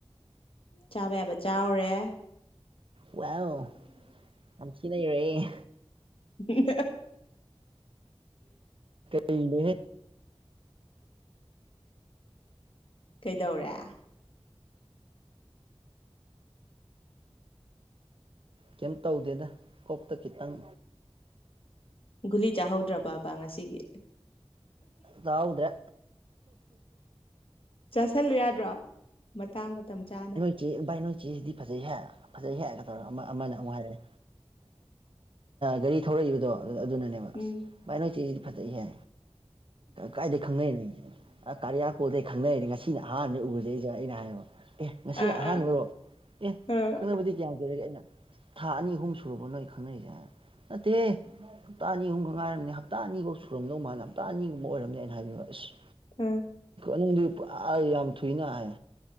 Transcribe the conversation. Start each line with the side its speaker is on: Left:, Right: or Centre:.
Left: ꯆꯥꯕ ꯌꯥꯕ ꯆꯥꯔꯦ
Right: ꯋꯥꯎ ꯌꯥꯝ ꯊꯤꯅꯩꯔꯦ
Left: ꯎ
Right: ꯀꯩꯅꯦ
Left: ꯀꯩꯗꯧꯔꯦ
Right: ꯀꯩꯝ ꯇꯧꯗꯦꯗ ꯀꯣꯛꯇ ꯈꯤꯇꯪ
Left: ꯒꯨꯂꯤ ꯆꯥꯍꯧꯗ꯭ꯔꯕꯕꯕꯥ ꯉꯁꯤꯒꯤ
Right: ꯍꯥꯎꯗ꯭ꯔꯦ
Left: ꯆꯥꯁꯜꯂꯨ ꯌꯥꯗ꯭ꯔꯣ ꯃꯇꯥꯡ ꯃꯇꯝ ꯆꯥꯅ
Right: ꯕꯥꯏ ꯅꯣꯏ ꯆꯦꯖꯤꯗꯤ ꯐꯖꯩꯍꯦ ꯐꯖꯩꯍꯦ ꯑꯃ ꯑꯃꯅ ꯍꯥꯏꯔꯛꯑꯦ ꯒꯥꯔꯤ ꯊꯧꯔꯛꯏꯕꯗꯣ ꯑꯗꯨꯅꯅꯦꯕ
Left: ꯎꯝ
Right: ꯚꯥꯏ ꯅꯣꯏ ꯆꯦꯖꯤꯗꯤ ꯐꯖꯩꯍꯦ ꯀꯥꯏꯗꯩ ꯈꯪꯅꯩꯅ ꯀꯔꯤꯌꯥꯀꯣꯜꯗꯩ ꯈꯪꯅꯩꯅꯦ ꯉꯁꯤꯅ ꯑꯍꯥꯟꯕꯅꯦ ꯎꯔꯤꯖꯦ ꯑꯩꯅ ꯍꯥꯏꯌꯦꯕ ꯑꯦ ꯉꯁꯤꯅ
Left: ꯑꯥ
Right: ꯑꯍꯥꯟꯕꯔꯣ
Left: ꯑꯥ
Right: ꯑꯦ
Left: ꯑꯥ
Right: ꯈꯪꯅꯕꯗꯤ ꯀꯌꯥꯝ ꯀꯨꯏꯔꯒꯦ ꯑꯩꯅ ꯊꯥ ꯑꯅꯤ ꯍꯨꯝ ꯁꯨꯔꯕꯣ ꯅꯣꯏ ꯈꯪꯅꯔꯤꯁꯦ ꯍꯥꯏ ꯅꯠꯇꯦ ꯍꯞꯇꯥ ꯑꯅꯤ ꯑꯍꯨꯝꯒ ꯉꯥꯏꯔꯝꯅꯦ ꯍꯞꯇꯥ ꯑꯅꯤꯐꯧ ꯁꯨꯔꯝꯗꯧ ꯃꯥꯜꯂ ꯍꯞꯇꯥ ꯑꯅꯤꯒꯨꯝꯕ ꯑꯣꯏꯔꯝꯅꯦꯅ ꯍꯥꯏꯕꯤꯕ ꯑꯦꯁ
Left: ꯎꯝ
Right: ꯅꯪꯗꯤ ꯄꯨꯔꯥ ꯌꯥꯝ ꯊꯨꯏꯅ ꯍꯥꯏ